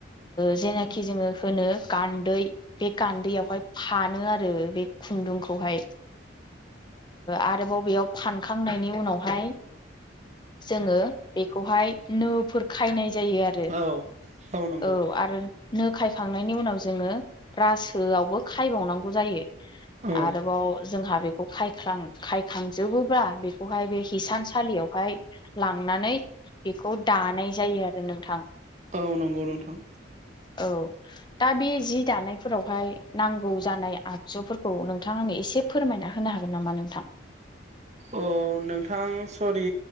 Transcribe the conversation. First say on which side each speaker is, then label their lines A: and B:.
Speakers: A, on the left (about 25°); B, on the right (about 35°).
A: जेनाखि जोङो होनो गान्दै बे गान्दैयावहाय फानो आरो बे खुन्दुंखौहाय आरोबाव बेयाव फानखांनायनि उनावहाय जोङो बेखौहाय नोफोर खायनाय जायो आरो
B: औ नंगौ
A: औ आरो नो खायखांनायनि उनाव जोङो रासोआवबो खायबावनांगौ जायो
B: औ
A: आरोबाव जोंहा बे खायखांजोबोब्ला बेखौहाय बे हिसानसालियावहाय लांनानै बेखौ दानाय जायो आरो नोंथां
B: औ नंगौ नोंथां
A: औ दा बे जि दानायफोरावहाय नांगौ जानाय आ आगजुफोरखौ नोंथां आंनो एसे फोरमायना होनो हागोन नामा नोंथां
B: औ नोंथां सरि